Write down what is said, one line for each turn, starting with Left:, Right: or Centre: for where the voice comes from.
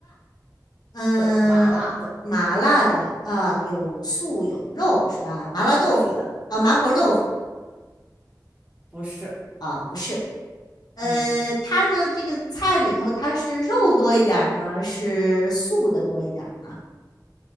Left: 嗯、
Right: 对，麻辣的。
Left: 麻辣的啊、有素有肉是吧？麻辣豆腐啊，
Right: 是的，
Left: 麻婆豆腐
Right: 不是，
Left: 啊，不是。呃，
Right: 嗯，
Left: 它的这个菜里头，它是肉多一点儿呢，是素的多一点儿呢？